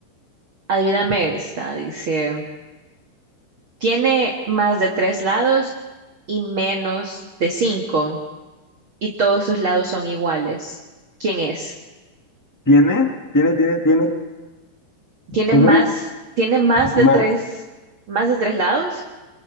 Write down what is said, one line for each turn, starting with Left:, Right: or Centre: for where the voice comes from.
Right: adivíname esta. Dice, tiene más de tres lados y menos de cinco. y todos sus lados son iguales. ¿Quién es?
Left: Tiene, tiene, tiene, tiene
Right: Tiene
Left: ¿Cómo
Right: más,
Left: es?
Right: tiene más de
Left: más
Right: tres, más de tres lados